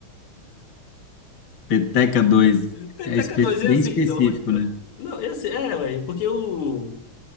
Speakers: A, on the left (about 60°); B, on the left (about 85°).
A: Peteca dois
B: <laughs> Peteca
A: é espe-
B: 2 e
A: bem
B: assim,
A: específico,
B: pelo amor.
A: né?
B: Não, e assim, é, velho, porque o.